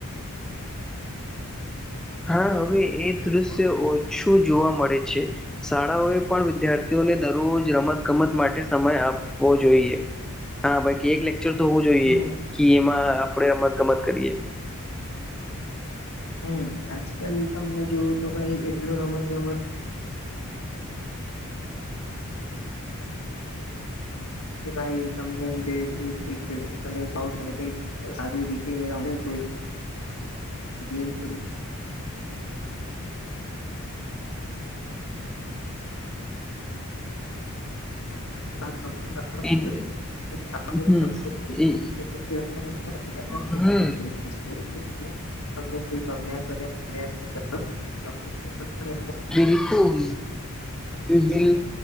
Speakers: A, in the centre; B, on the left (about 75°).
A: હા હવે એ દ્રશ્ય ઓછું જોવા મળે છે શાળાઓએ પણ વિદ્યાર્થીઓને દરરોજ રમત ગમત માટે સમય આપવો જોઈએ હા બાકી એક લેક્ચર તો હોવું જોઈએ
B: હમ
A: કે એમાં આપણે રમત ગમત કરીએ
B: હમ આજકાલ તમને જોવું તો ભાઈ એટલો રમત ગમત <unintelligible> કે ભાઈ તમને બે તમે જાઓ તમે કઈક સારું રીતે ર કો ન ત <unintelligible>
A: એ- હમ એ- હમ
B: તમને <unintelligible> <unintelligible>
A: બિલકુલ બિલ